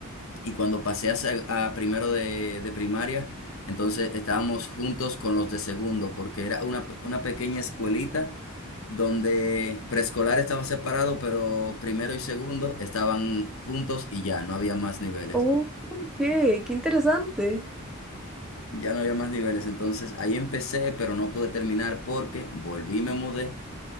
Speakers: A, on the left; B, in the centre.
A: y cuando pasé a, seg- a primero de, de primaria, entonces estábamos juntos con los de segundo porque era una, una pequeña escuelita donde preescolar estaba separado, pero primero y segundo estaban juntos y ya, no había más niveles.
B: Oh, ok, qué interesante.
A: Ya no había más niveles, entonces ahí empecé, pero no pude terminar porque volví y me mudé.